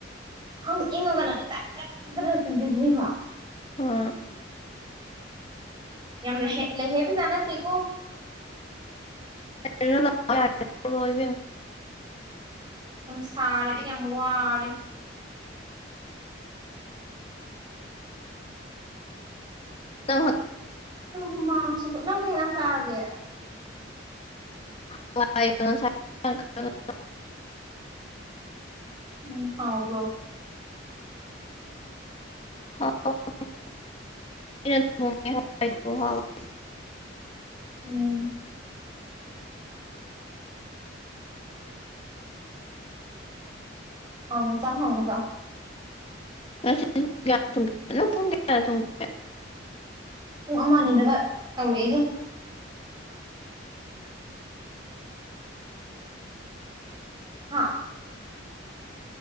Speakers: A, on the right (about 25°); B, on the left (about 30°).
A: ꯈꯪ ꯏꯡꯒꯅ ꯗꯛ ꯗꯛ ꯗꯔ ꯆꯤꯟꯖꯟꯅꯤꯕ
B: ꯑꯥ
A: ꯌꯥꯝ ꯂꯩꯖꯩ ꯂꯩꯍꯩꯕꯖꯥꯠ ꯅꯠꯇꯦꯀꯣ꯫
B: <unintelligible>
A: ꯌꯥꯝ ꯁꯥꯔꯦ ꯑꯩ ꯌꯥꯝ ꯋꯥꯔꯦ꯫
B: <unintelligible>
A: ꯨ ꯃꯥꯡꯁꯨ ꯅꯪ ꯀꯩ ꯖꯥꯡ ꯆꯥꯔꯒꯦ?
B: <unintelligible> <unintelligible>
A: ꯎꯝ ꯍꯥꯎꯕ꯭ꯔꯣ?
B: <unintelligible> <unintelligible>
A: ꯎꯝ ꯍꯥꯎꯅ ꯆꯥꯎ ꯍꯥꯎꯅ ꯆꯥꯎ
B: <unintelligible>
A: ꯄꯨꯡ ꯑꯃ ꯑꯅꯤꯗꯒ ꯇꯧꯔꯛꯑꯦꯍꯦ ꯍꯥ